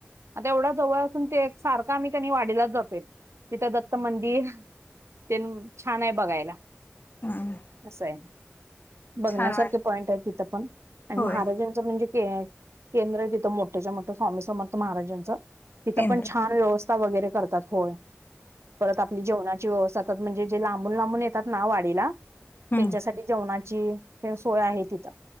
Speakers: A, on the right; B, on the left.
A: आता एवढ्या जवळअसून ते सारखं आम्ही त्यांनी वाडीलाच जातो तिथं दत्त मंदिर तेन छान आहे बघायला
B: हम्म
A: असं आहे. बघण्यासारखे
B: छान वाटत
A: पॉइंट आहे तिथं पण आणि
B: होय
A: महाराजां म्हणजे केंद्र तिथं मोठच्या-मोठ म्ह स्वामी समर्थ महाराजांचं. तिथं
B: केंद्र
A: पण छान व्यवस्था वगैरे करतात होय परत आपली जेवणाची व्यवस्था. म्हणजे जे लांबून- लांबून येतात ना वाडीला
B: हम्म
A: त्यांच्यासाठी जेवणाची सोय आहे तिथं